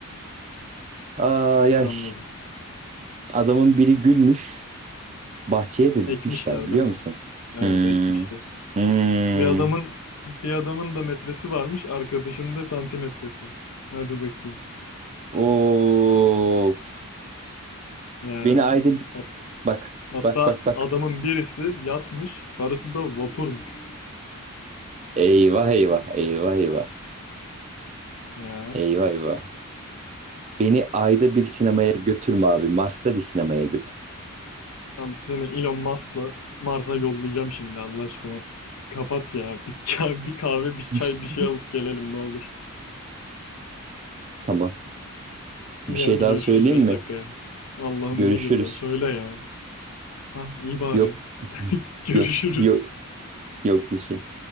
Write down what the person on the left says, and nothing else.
Anladım.
Ekmişler
değil mi?
Evet,
ekmişler.
Bir adamın bir adamın da metresi varmış, arkadaşının da santimetresi. Hadi bakayım.
Ya.
Hat-
hatta
adamın birisi yatmış, karısı da vapurmuş.
Ya.
Abi seni Elon Musk'la Mars'a yollayacağım şimdi Allah aşkına. Kapat ya. Bir, <laughs> bir kahve, bir çay,
bir şey alıp gelelim ne olur.
İyi
hadi
görüşürüz
5
dakikaya. Allah'ım
ne geliyor söyle ya. Ha iyi bari.
<laughs> Görüşürüz.